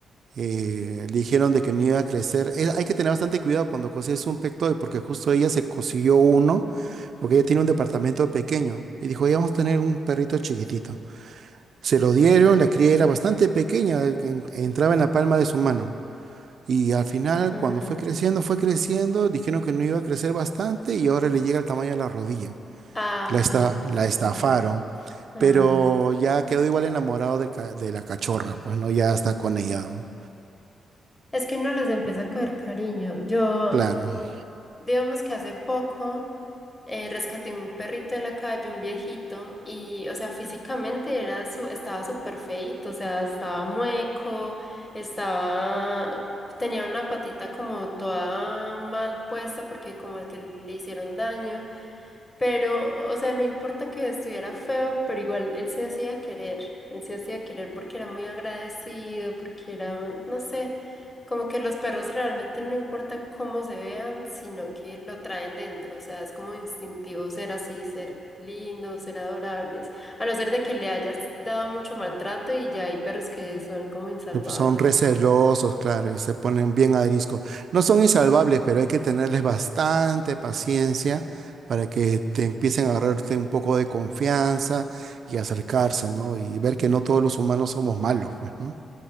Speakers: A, on the right; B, on the left.
A: eh, le dijeron de que no iba a crecer. Es- hay que tener bastante cuidado cuando consigues un Pet Toy, porque justo ella se consiguió uno, porque ella tiene un departamento pequeño. Y dijo, ya vamos a tener un perrito chiquitito. Se lo dieron, la cría era bastante pequeña, en- entraba en la palma de su mano. Y al final,
B: ajá.
A: cuando fue creciendo, fue creciendo, dijeron que no iba a crecer bastante y ahora le llega al tamaño de la rodilla.
B: Ay,
A: La, esta- la
B: sí.
A: estafaron,
B: Ah.
A: pero ya quedó igual enamorado de, ca- de la cachorra, pues no, ya está con ella, ¿no?
B: Es que uno les empieza a coger cariño. Yo
A: Claro.
B: Digamos que hace poco eh, rescaté un perrito de la calle, un viejito, y, o sea, físicamente era su, estaba súper feíto, o sea, estaba mueco, estaba, tenía una patita como toda mal puesta porque como que le hicieron daño. Pero, o sea, no importa que estuviera feo, pero igual él se hacía querer, él se hacía querer porque era muy agradecido, porque era, no sé, como que los perros realmente no importa cómo se vean, sino que lo traen dentro, o sea, es como instintivo ser así, ser lindos, ser adorables, a no ser de que le hayas dado mucho maltrato y ya hay perros que son como insalvables.
A: Pero, pues, Son recelosos, claro, y se ponen bien ariscos. No son insalvables, pero hay que tenerles bastante paciencia para que te empiecen a agarrarte un poco de confianza y acercarse, ¿no? Y ver que no todos los humanos somos malos, pues, ¿no?